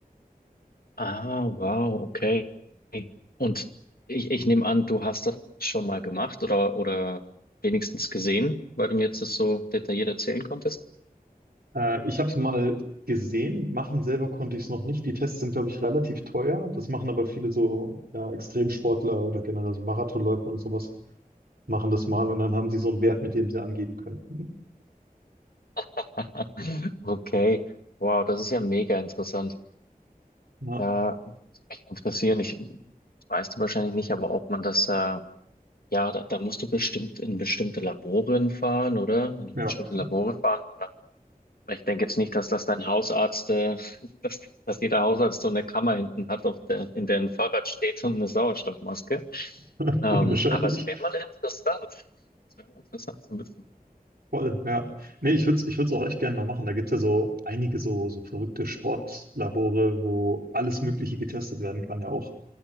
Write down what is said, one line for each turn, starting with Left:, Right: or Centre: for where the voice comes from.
Left: Ah, wow, okay. Und ich, ich nehme an, du hast das schon mal gemacht oder, oder wenigstens gesehen, weil du mir jetzt das so detailliert erzählen konntest.
Right: Äh, ich habe es mal gesehen, machen selber konnte ich es noch nicht. Die Tests sind, glaube ich, relativ teuer. Das machen aber viele so ja, Extremsportler oder generell so Marathonläufer und sowas, machen das
Left: Mhm.
Right: mal und dann haben sie so einen Wert, mit dem sie angeben können.
Left: <laughs> Okay, wow, das ist ja mega interessant.
Right: Ja,
Left: Da würde mich interessieren, ich weißt du wahrscheinlich nicht, aber ob man das, äh, ja, da, da musst du bestimmt in bestimmte Laboren fahren, oder? In
Right: ja,
Left: bestimmte
Right: ja.
Left: Labore fahren, Ich denke jetzt nicht, dass das dein Hausarzt, äh, <laughs> dass, dass jeder Hausarzt so eine Kammer hinten hat, auf der, in der ein Fahrrad steht und eine Sauerstoffmaske.
Right: <laughs>
Left: Ähm,
Right: Unwahrscheinlich.
Left: aber es wäre mal interessant. Es wäre mal interessant zu wissen.
Right: Voll, ja. Nee, ich würde es ich würde es auch echt gerne mal machen. Da gibt es ja so einige so, so verrückte Sportlabore, wo alles Mögliche getestet werden kann, ja auch.